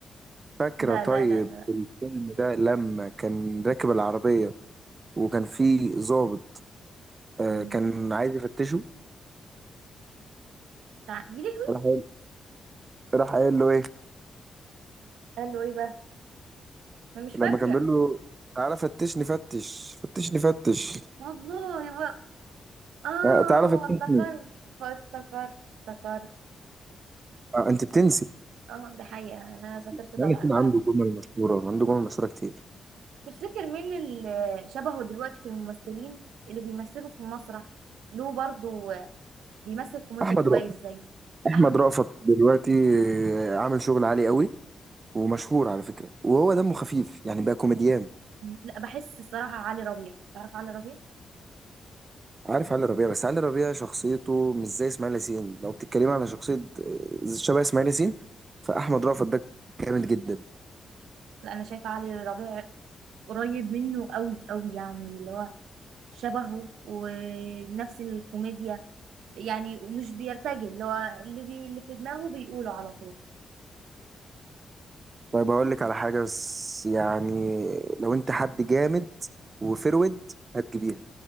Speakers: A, on the right (about 40°); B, on the right (about 85°).
A: فاكره
B: لا
A: طيب
B: لا لا لا
A: الفيلم ده لما كان راكب العربيه وكان في ضابط آه،
B: مم.
A: كان عايز يفتشه
B: تع... يا لهوي
A: راح قايل راح قايل له ايه
B: قال له إيه بقى أنا مش
A: لما
B: فاكرة
A: كان بيقول له تعالى فتشني فتش فتشني فتش
B: والله اه
A: آه، تعالى فتشني
B: افتكرت افتكرت افتكرت
A: آه، انت بتنسي
B: اه ده حقيقة انا ذاكرتي
A: اسماعيل
B: ضع-
A: ياسين عنده
B: ضعيفة
A: جمل مشهوره وعنده جمل مشهوره كتير
B: تفتكر مين اللي شبهه دلوقتي في الممثلين اللي بيمثلوا في المسرح له برضو بيمثل كوميديا
A: احمد
B: كويس
A: رأفت
B: زي
A: احمد
B: احمد
A: رأفت دلوقتي عامل شغل عالي قوي ومشهور على فكره وهو دمه خفيف يعني بقى كوميديان
B: لا بحس الصراحة علي ربيع تعرف علي ربيع
A: عارف علي ربيع بس علي ربيع شخصيته مش زي اسماعيل ياسين لو بتتكلمي على شخصيه آه، شبه اسماعيل ياسين فاحمد رأفت ده جامد جدا
B: لا انا شايفة علي ربيع قريب منه قوي قوي يعني اللي هو شبهه ونفس الكوميديا يعني ومش بيرتجل اللي هو اللي, بي... اللي في دماغه بيقوله على طول
A: طيب هقول لك على حاجه بس يعني لو انت حد جامد وفرود هتجيبيها